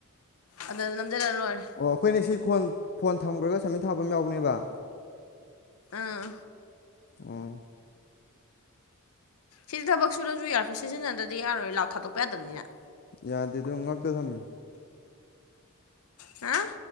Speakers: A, on the left; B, on the left.
A: ꯑꯗꯨ <unintelligible> ꯂꯣꯏꯔꯦ꯫
B: ꯑꯣ ꯑꯩꯈꯣꯏꯅ ꯁꯤ ꯐꯣꯟ ꯊꯝꯈ꯭ꯔꯒ ꯁꯃꯤꯠ ꯊꯥꯕ ꯑꯃ ꯌꯥꯎꯕꯅꯦꯕ
A: ꯑꯥ
B: ꯎꯝ꯫
A: ꯁꯤꯗꯤ ꯊꯕꯛ ꯁꯨꯔꯁꯨ ꯌꯥꯔ ꯞꯤꯁꯁꯤꯖꯤꯟꯅꯗ꯭ꯔꯗꯤ ꯌꯥꯔꯣꯏ ꯂꯥꯎꯗ ꯊꯥꯗꯣꯛꯄ ꯌꯥꯗꯕꯅꯤꯅ꯫
B: ꯌꯥꯗꯦ ꯗꯣ ꯉꯥꯛꯇꯥ ꯊꯝꯃꯤ꯫
A: ꯍꯥ